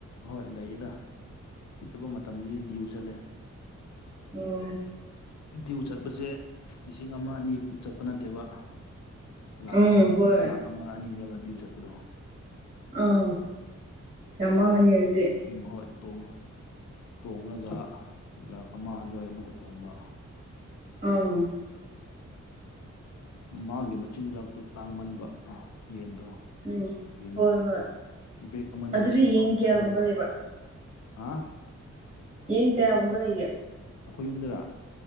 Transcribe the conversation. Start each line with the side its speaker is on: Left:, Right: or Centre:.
Left: ꯍꯣꯏ ꯂꯩꯌꯦꯗ ꯁꯤꯠꯇꯕ ꯃꯇꯝꯗꯗꯤ ꯗ꯭ꯌꯨ ꯆꯠꯂꯦ
Right: ꯑꯣ
Left: ꯗ꯭ꯌꯨ ꯆꯠꯄꯁꯦ ꯂꯤꯁꯤꯡ ꯑꯃ ꯑꯅꯤ ꯆꯠꯄ ꯅꯠꯇꯦꯕ ꯂꯥꯛꯈ
Right: ꯎꯝ
Left: ꯑꯃꯅꯤ
Right: ꯍꯣꯏ
Left: ꯂꯥꯛꯈ ꯑꯃ ꯑꯅꯤꯅꯦꯕ ꯗ꯭ꯌꯨ ꯆꯠꯄꯗꯣ
Right: ꯑꯥ ꯌꯥꯝ ꯃꯥꯡꯒꯅꯤ
Left: ꯇꯣꯡ
Right: ꯑꯗꯨꯗꯤ
Left: ꯎꯝ ꯍꯣꯏ ꯇꯣꯡ ꯇꯣꯡꯔꯒ ꯂꯥꯛ ꯑꯃ ꯑꯗꯨꯋꯥꯏ ꯑꯃꯨꯛꯀ ꯇꯣꯡꯕ
Right: ꯑꯪ
Left: ꯃꯥꯒꯤ ꯃꯆꯤꯟꯖꯥꯛꯇꯨ ꯇꯥꯡꯃꯟꯕ ꯌꯦꯟꯗꯣ
Right: ꯎꯝ
Left: ꯌꯦꯟꯒꯤ
Right: ꯍꯣꯏ ꯍꯣꯏ
Left: ꯕꯦꯛ ꯑꯃꯗ
Right: ꯑꯗꯨꯗꯤ
Left: ꯂꯤꯁꯤꯡ
Right: ꯌꯦꯟ
Left: ꯑꯍꯨꯝ
Right: ꯀꯌꯥꯒꯨꯝꯕ ꯂꯩꯕ꯭ꯔꯥ
Left: ꯑꯥ
Right: ꯌꯦꯟ ꯀꯌꯥꯒꯨꯝꯕ ꯂꯩꯒꯦ
Left: ꯑꯈꯣꯏ ꯌꯨꯝꯗꯔꯥ